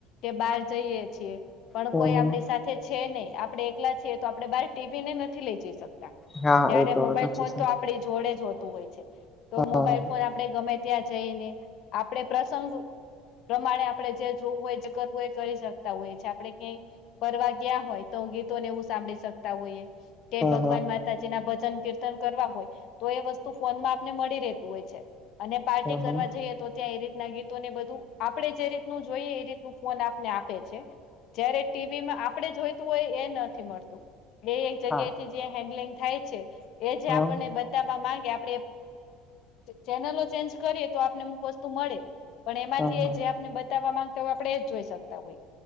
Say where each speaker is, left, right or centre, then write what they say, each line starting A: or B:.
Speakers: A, on the left (about 60°); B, on the left (about 15°).
A: કે બહાર જઈએ છીએ. પણ
B: હમ
A: કોઈ
B: હમ
A: આપણી સાથે છે નહી આપણે એકલા છીએ તો આપણે બહાર ટીવી ને નથી લઈ જઈ શકતા.
B: હા
A: ત્યારે
B: એ તો
A: મોબાઈલ
B: સાચું
A: ફોન
B: છે
A: તો આપડી જોડે જ હોતું હોય છે તો મોબાઈલ
B: હા હા
A: ફોન આપણે ગમે ત્યાં જઈને આપડે પ્રસંગો પ્રમાણે આપણે જે જોવું હોય જે કરવું હો એ કરી શકતા હોય છે આપણે ક્યાંય ફરવા ગયા હોય તો ગીતોને એવું સાંભળી શકતા હોઈએ કે ભગવાન
B: હા હા
A: મા માતાજી ના ભજન કીર્તન કરવા હોય તો એ વસ્તુ ફોનમાં આપને મળી રહેતું હોય છે. અને પાર્ટી કરવા
B: હા હા
A: જઈએ તો ત્યાં એ રીતના ગીત તોને બધું આપણે જે રીતનું જોઈએ એ રીતનું ફોન આપને આપે છે. જયારે ટીવી માં આપણેે જોઈતું હોય એ નથી મળતું. એ એક જગ્યાથી
B: હા
A: જે હેન્ડલિંગ થાય છે એ જે
B: હા
A: આપણને
B: હા
A: બ બતાવા માંગે આપણેે ચેનલો ચેન્જ કરીએ તો આપને અમુક વસ્તુ મળે. પણ એમાંથી
B: હા હા
A: જે આપને બતાવવા માંગતા હોય આપણે એ જ જોઈ શકતા હોય